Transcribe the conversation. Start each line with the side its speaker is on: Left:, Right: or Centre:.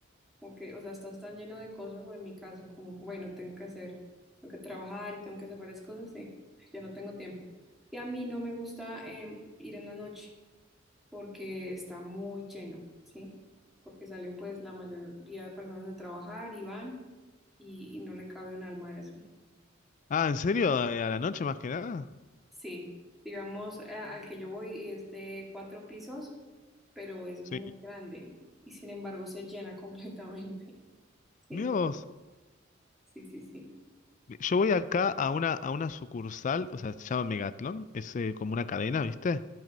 Centre: Ok, o sea, estás tan lleno de cosas, o en mi caso, como, bueno, tengo que hacer, tengo que trabajar y tengo que hacer varias cosas, y ay, yo no tengo tiempo. Y a mí no me gusta em, ir en la noche porque está muy lleno, ¿sí? Porque salen pues la mayoría de personas de trabajar y van y, y no le cabe un alma a eso.
Left: Ah, ¿en serio? ¿Eh, ¿A la noche más que nada?
Centre: Sí, digamos, a- al que yo voy es de cuatro pisos, pero es muy
Left: Sí.
Centre: grande y sin embargo se llena <laughs> completamente, ¿sí?
Left: Mirá vos.
Centre: Sí, sí, sí.
Left: Yo voy acá a una, a una sucursal, o sea, se llama Megatlón, es eh, como una cadena, ¿viste?